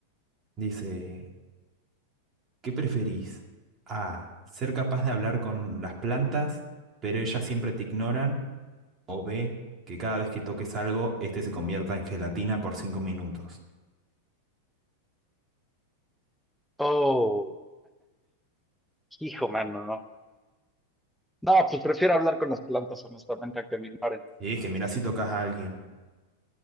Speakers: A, on the right (about 20°); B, in the centre.
A: Dice, ¿qué preferís? A, ser capaz de hablar con las plantas, pero ellas siempre te ignoran, o B, que cada vez que toques algo, este se convierta en gelatina por cinco minutos.
B: Oh, hijo, mano, no. No, pues prefiero hablar con las plantas, honestamente, a que me ignoren.
A: Y es que mirá si tocas a alguien.